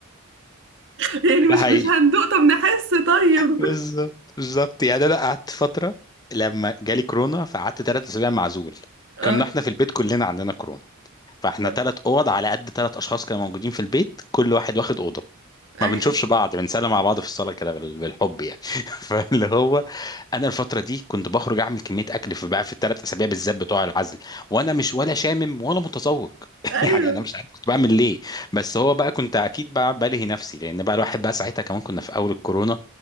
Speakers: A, on the right (about 55°); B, on the left (about 15°).
A: <laughs> يعني مش
B: ده حقيقي
A: مش هندوق طب نحس طيب
B: بالظبط بالظبط يعني انا قعدت فتره لما جالي كورونا فقعدت ثلاث اسابيع معزول
A: <laughs> اه
B: كنا احنا في البيت كلنا عندنا كورونا فاحنا
A: آه.
B: ثلاث اوض على قد ثلاث اشخاص كانوا موجودين في البيت كل واحد واخد اوضه
A: ايوه
B: ما بنشوفش بعض بنسلم على بعض في الصاله كده بال- بالحب يعني <laughs> فاللي هو انا الفتره دي كنت بخرج اعمل كميه اكل في بقى في الثلاث اسابيع بالذات بتوع العزل وانا مش ولا شامم ولا متذوق <laughs>
A: ايوه
B: يعني انا مش عارف كنت بعمل ليه بس هو بقى كنت اكيد بقى بلهي نفسي لان بقى الواحد بقى ساعتها كمان كنا في اول الكورونا